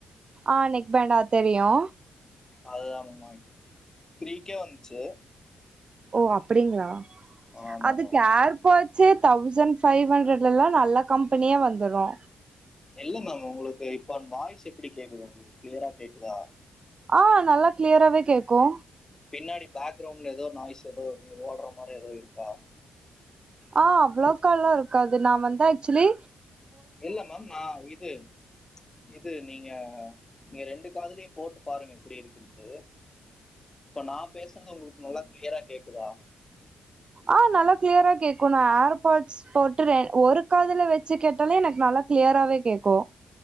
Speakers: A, on the right; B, on the left.
A: அ நெக் பேண்டா தெரியு
B: அதுதாங்மா த்ரீ கே வந்சு
A: ஓ அப்படிங்ளா!
B: ஆமாமா
A: அதுக்கு
B: மேம்.
A: ஏர்பாட்ஸே தௌசண் பைவ் ஹண்ட்ரட்லலா நல்ல கம்பெனியா வந்துரு
B: இல்ல மேம் உங்ளுக்கு இப்ப வாய்ஸ் எப்பிடி கேக்குது உங்ளுக்கு க்ளியரா கேக்குதா?
A: ஆ நல்லா க்ளியராவே கேக்கு
B: பின்னாடி பேக்கரவுண்ட்ல எதோ நாய்ஸ் எதோ ஓடுற மாரி எதோ இருக்கா
A: அ அவ்ளோக்கா லா இருக்காது நா வந்து ஆக்ச்சுலி
B: இல்ல மேம் நா இது இது நீங்க நீங்க ரெண்டு காதலுயு போட்டு பாருங்க எப்படி இருக்குன்ட்டு. இப்ப நா பேசுறது உங்ளுக்கு நல்லா க்ளியரா கேக்குதா?
A: அ நல்லா க்ளியரா கேக்கு நா ஏர் பாட்ஸ் போட்டு ரெ ஒரு காதுல வெச்சு கேட்டாலே எனக்கு நல்லா க்ளியராவே கேக்கு